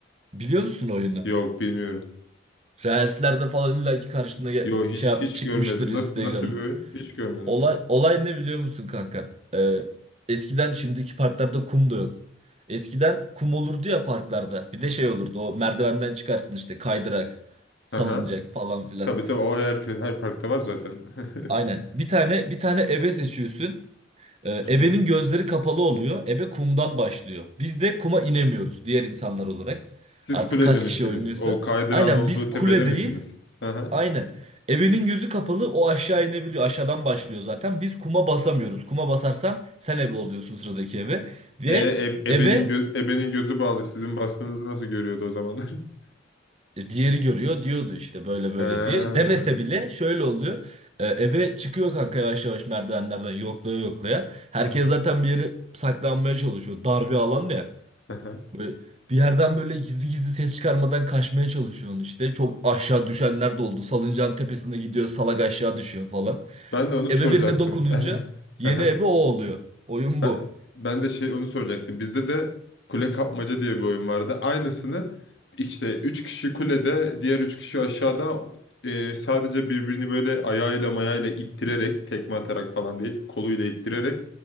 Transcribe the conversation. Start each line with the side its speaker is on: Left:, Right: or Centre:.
Right: biliyor musun oyunu?
Left: Yok bilmiyorum.
Right: Reels'lerde falan illaki karşına gel-
Left: Yok hiç
Right: şey yapmış
Left: hiç
Right: çıkmıştır
Left: görmedim.
Right: Instagram'da.
Left: Nasıl nasıl bir oyun? Hiç görmedim.
Right: Olay olay ne biliyor musun kanka? Ee, eskiden şimdiki parklarda kum da yok. Eskiden kum olurdu ya parklarda. Bir de şey olurdu. O merdivenden çıkarsın işte kaydırak, salıncak
Left: Aha.
Right: falan filan.
Left: Tabii tabii o her, her parkta var zaten.
Right: Aynen.
Left: <laughs>
Right: Bir tane bir tane ebe seçiyorsun. Ee,
Left: Hı hı.
Right: ebenin gözleri kapalı oluyor. Ebe kumdan başlıyor. Biz de kuma inemiyoruz diğer insanlar olarak.
Left: Siz
Right: Artık
Left: kulede
Right: kaç
Left: misiniz?
Right: kişi oynuyorsa.
Left: O kaydırağın
Right: Aynen
Left: olduğu
Right: biz kuledeyiz.
Left: tepede misiniz? Hı hı.
Right: Aynen. Ebenin yüzü kapalı o aşağı inebiliyor. Aşağıdan başlıyor zaten. Biz kuma basamıyoruz. Kuma basarsan sen ebe oluyorsun sıradaki ebe. Ve
Left: E, e-
Right: ebe
Left: ebenin, gö- ebenin gözü bağlı. Sizin bastığınızı nasıl görüyordu o zamanlar? <laughs>
Right: e, diğeri görüyor diyordu işte böyle böyle
Left: He. Hı
Right: diye. Demese bile şöyle oluyor. E, Ebe çıkıyor kanka yavaş yavaş merdivenlerden yoklaya yoklaya. Herkes
Left: hı.
Right: zaten bir yere saklanmaya çalışıyor. Dar bir alan ya.
Left: Hı hı.
Right: Böyle bir yerden böyle gizli gizli ses çıkarmadan kaçmaya çalışıyorsun işte. Çok aşağı düşenler de oldu. Salıncağın tepesinde gidiyor salak aşağı düşüyor falan.
Left: Ben de onu
Right: Ebe
Left: soracaktım.
Right: birine dokununca
Left: <laughs>
Right: yeni
Left: Hı hı.
Right: ebe o oluyor. Oyun
Left: Ben,
Right: bu.
Left: ben de şey onu soracaktım. Bizde de kule kapmaca diye bir oyun vardı. Aynısını işte 3 kişi kulede, diğer 3 kişi aşağıda e, sadece birbirini böyle ayağıyla mayayla ittirerek, tekme atarak falan değil, koluyla ittirerek